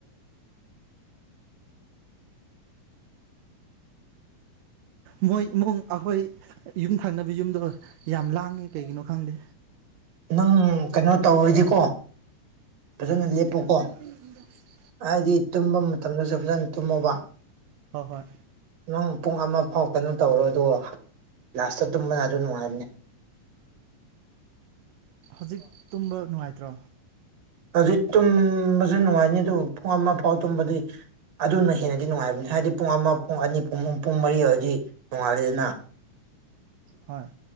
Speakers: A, on the right; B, on the right.
A: <inaudible>
B: ꯃꯣꯏ ꯏꯃꯨꯡ ꯑꯩꯈꯣꯏ ꯌꯨꯝ ꯊꯪꯅꯕ ꯌꯨꯝꯗꯣ ꯌꯥꯝ ꯂꯥꯡꯉꯤ ꯀꯩꯒꯤꯅꯣ ꯈꯪꯗꯦ
A: ꯅꯪ ꯀꯩꯅꯣ ꯇꯧꯔꯗꯤꯀꯣ ꯐꯖꯅ
B: <unintelligible>
A: ꯂꯦꯞꯄꯨꯀꯣ ꯍꯥꯏꯗꯤ ꯇꯨꯝꯕ ꯃꯇꯝꯗꯁꯨ ꯐꯖꯅ ꯇꯨꯝꯃꯣꯕ
B: ꯍꯣꯏ ꯍꯣꯏ
A: ꯅꯪ ꯄꯨꯡ ꯑꯃ ꯐꯥꯎ ꯀꯩꯅꯣ ꯇꯧꯔꯣ ꯑꯗꯨ ꯂꯥꯁ ꯇꯨꯝꯕꯅ ꯑꯗꯨ ꯅꯨꯡꯉꯥꯏꯅꯤ
B: ꯍꯧꯖꯤꯛ ꯇꯨꯝꯕ ꯅꯨꯡꯉꯥꯏꯇ꯭ꯔꯣ
A: ꯍꯧꯖꯤꯛ ꯇꯨꯝꯕꯁꯨ ꯅꯨꯡꯉꯥꯏꯅꯤ ꯑꯗꯨꯕꯨ ꯄꯨꯡ ꯑꯃ ꯐꯥꯎ ꯇꯨꯝꯕꯗꯤ ꯑꯗꯨꯅ ꯍꯦꯟꯅꯗꯤ ꯅꯨꯡꯉꯥꯏꯕꯅꯤ ꯍꯥꯏꯗꯤ ꯄꯨꯡ ꯑꯃ ꯄꯨꯡ ꯑꯅꯤ ꯄꯨꯡ ꯄꯨꯡ ꯃꯔꯤ ꯑꯣꯏꯔꯗꯤ ꯅꯨꯡꯉꯥꯢꯔꯦꯗꯅ
B: ꯍꯣꯏ